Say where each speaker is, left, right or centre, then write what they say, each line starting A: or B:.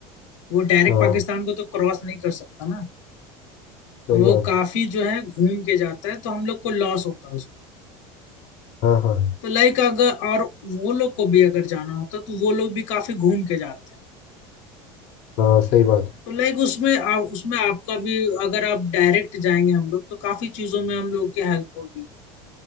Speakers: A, on the left (about 80°); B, on the left (about 60°).
A: वो डायरेक्ट
B: हाँ
A: पाकिस्तान को तो क्रॉस नहीं कर सकता ना तो
B: सही
A: वो
B: बात
A: काफी
B: है
A: जो है घूम के जाता है तो हम लोग को लॉस होता है उसमें
B: हाँ हाँ
A: तो लाइक अगर और वो लोग को भी अगर जाना होता तो वो लोग भी काफी घूम के जाते हैं
B: हाँ सही बात है
A: तो लाइक उसमें आ, उसमें आपका भी अगर आप डायरेक्ट जाएंगे हम लोग तो काफी चीजों में हम लोग की हेल्प होगी